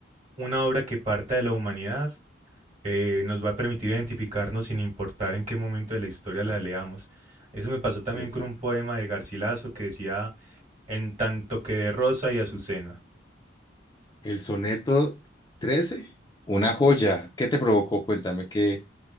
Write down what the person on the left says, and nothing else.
Exacto.
El soneto 13, una joya. ¿Qué te provocó? Cuéntame qué,